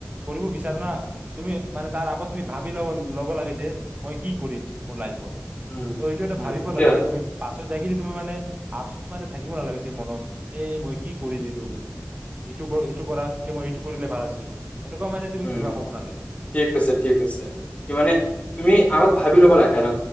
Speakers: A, on the right (about 25°); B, on the left (about 25°).
A: কৰিব বিচাৰা না তুমি মানে তাৰ আগত তুমি ভাবি লব ল'ব লাগে যে, মই কি কৰিম মোৰ লাইফত।
B: উম,
A: ত' এইটো এটা
B: উম,
A: ভাবিব
B: সেইটোৱে
A: লাগে
B: আৰু
A: যে তুমি পাছ, যাই কিনি তুমি মানে আফচুচ মানে থাকিব নালাগে দে মনত এ', মই কি কৰি দিলো এইটো- এইটো কৰাতকে মই এইটো কৰিলে ভাল আছিল। এনেকুৱা মানে তুমি
B: উম,
A: কিবা হ'ব নালাগে
B: ঠিক কৈছে, ঠিক কৈছে কি মানে
A: হয়
B: তুমি আগত ভাবি ল'বা লাগে আৰু,